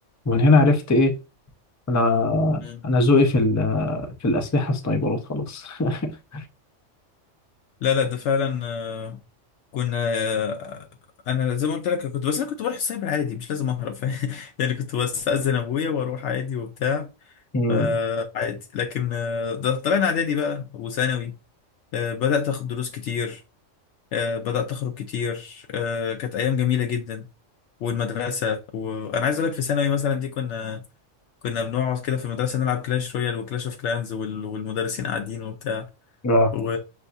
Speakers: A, on the left; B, on the left.
A: ومن هنا عرفت ايه انا
B: مم.
A: انا ذوقي في ال... في الاسلحة سنايبرات خلاص <laughs>
B: لا لا ده فعلا آه، كنا آه، انا زي ما قلت لك كنت بس انا كنت بروح السايبر عادي مش لازم اهرب <laughs> يعني كنت بستأذن ابويا واروح عادي وبتاع
A: مم.
B: فعادي لكن آه، ده طلعنا اعدادي بقى وثانوي آه، بدأت اخد دروس كتير آه، بدأت اخرج كتير آه، كانت ايام جميلة جدا والمدرسة وانا عايز اقول لك في ثانوي مثلا دي كنا كنا بنقعد كده في المدرسة نلعب كلاش رويال وكلاش اوف كلانز وال- والمدرسين قاعدين وبتاع
A: اه
B: و-